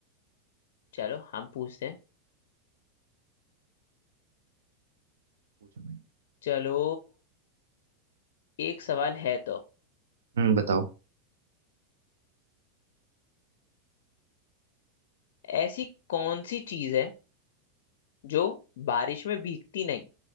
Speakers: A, on the left; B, on the right.
A: चलो हम पूछते हैं
B: पूछो भाई
A: चलो एक सवाल है तो
B: हम्म बताओ
A: ऐसी कौन सी चीज है जो बारिश में भीगती नहीं